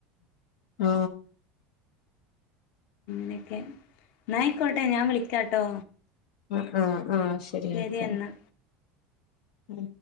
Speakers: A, on the left; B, on the left.
A: ആ
B: നൊക്കെ നായ്ക്കോട്ടെ ഞാൻ വിളിക്കാട്ടോ
A: ആ ആആശരി
B: ശരി
A: ഓക്കെ
B: എന്നാ
A: ഉം